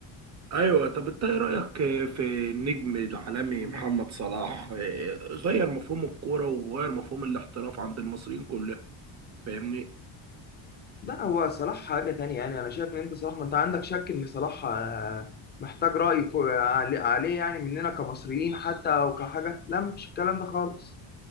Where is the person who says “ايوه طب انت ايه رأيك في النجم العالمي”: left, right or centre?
Right